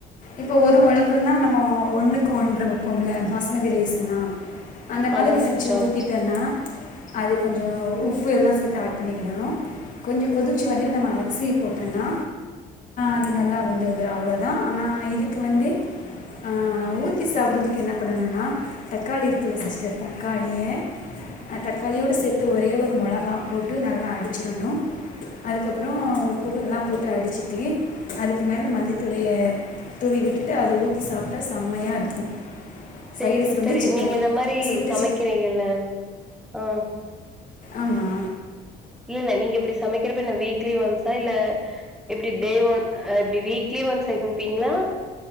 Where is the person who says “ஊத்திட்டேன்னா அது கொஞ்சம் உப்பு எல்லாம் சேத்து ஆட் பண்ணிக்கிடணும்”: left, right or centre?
Left